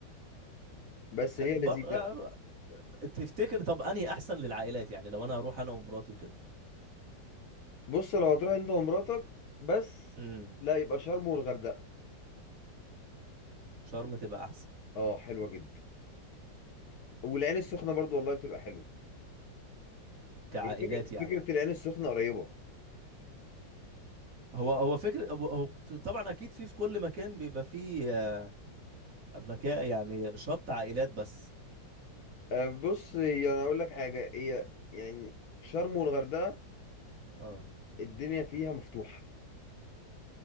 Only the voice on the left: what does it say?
بس هي
لذيذة
بص لو هتروح انت ومراتك بس
لا يبقى شرم والغردقة
اه حلوة جدا والعين السخنة برضو والله بتبقى حلوة
هي فكرة
فكرة العين السخنة قريبة
أه، بص هي أنا أقول لك حاجة هي يعني شرم والغردقة
الدنيا فيها مفتوحة